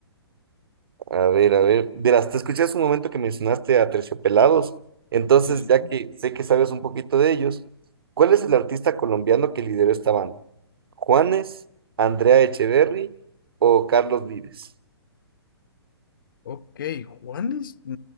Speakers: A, on the right; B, on the left.
A: A ver, a ver. De te escuché hace un momento que mencionaste a Terciopelados, entonces
B: Sí, sí,
A: ya
B: sí.
A: que sé que sabes un poquito de ellos, ¿cuál es el artista colombiano que lideró esta banda? ¿Juanes, Andrea Echeverry o Carlos Vives?
B: Ok, Juanes, mm,